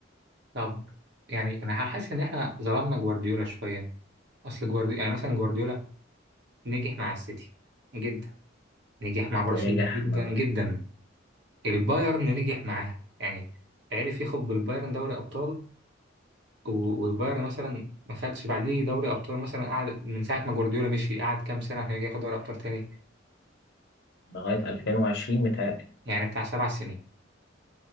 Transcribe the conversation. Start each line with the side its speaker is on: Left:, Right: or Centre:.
Right: طب يعني انا حاسس ان احنا ظلمنا جوارديولا شويه اصل جوارديولا يعني مثلا جوارديولا نجح مع السيتي جدا نجح مع برشلونه
Left: ونجح
Right: جدا
Left: م-
Right: جدا البايرن نجح معاه يعني عرف ياخد بالبايرن دوري ابطال و- والبايرن مثلا ما خدش بعديه دوري ابطال مثلا قعد من ساعه ما جوارديولا مشي قعد كام سنه عشان يجي ياخد دوري ابطال تاني
Left: لغايه 2020 متهيألي
Right: يعني بتاع سبع سنين